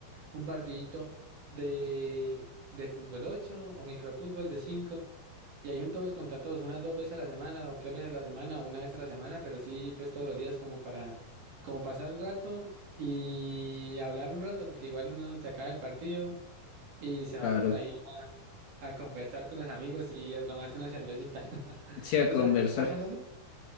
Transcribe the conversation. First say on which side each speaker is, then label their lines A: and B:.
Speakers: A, on the right; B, on the left.
A: un partidito de, de fútbol 8 o microfútbol de cinco Y hay un todos contra todos, unas dos veces a la semana, o tres veces a la semana, o una vez a la semana, pero sí, pues todos los días como para, como pasar el rato y hablar un rato, porque igual uno se acaba el partido y se va
B: Claro,
A: por ahí a, a conversar con los amigos y a tomarse una cervecita. <laughs>
B: sí, a
A: ¿Tú
B: conversar.
A: sabes más o menos?